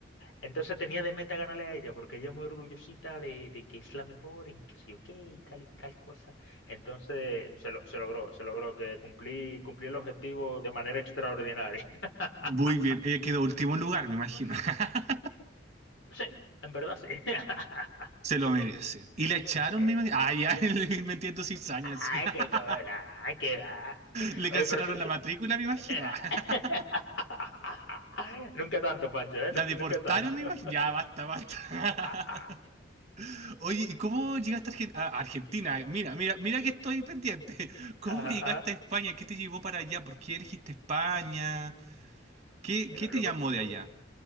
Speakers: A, on the left (about 80°); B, on the right (about 35°).
A: Entonces tenía de meta ganarle a ella, porque ella es muy orgullosita de, de que es la mejor en que sé ok y tal y tal cosa. Entonces se, lo- se logró, se logró que cumplí, cumplí el objetivo de manera extraordinaria. <laughs>
B: Muy bien. Ella quedó último lugar, me imagino. <laughs>
A: Sí, en verdad sí. <laughs>
B: Se lo merece. Y la echaron,
A: Eh,
B: me imagino. Ah, ya, <laughs> le- metiendo cizañas. sí.
A: Ay,
B: <laughs>
A: qué cobra, ay, qué va.
B: Le cancelaron
A: Oye, pero su-
B: la
A: su-
B: matrícula, me imagino.
A: eh, <laughs>
B: <laughs>
A: Nunca tanto, Pancho, ¿eh?
B: La
A: Nunca,
B: deportaron,
A: nunca tanto.
B: me imagino. Ya, basta, basta.
A: <laughs> Ajá,
B: <laughs> Oye, ¿y cómo llegaste a, Argen- a Argentina? Mira, mira, mira que estoy pendiente. <laughs> ¿Cómo
A: ajá.
B: llegaste a España? ¿Qué te llevó para allá? ¿Por qué elegiste España? ¿Qué,
A: Lo,
B: qué te
A: loco-
B: llamó de allá?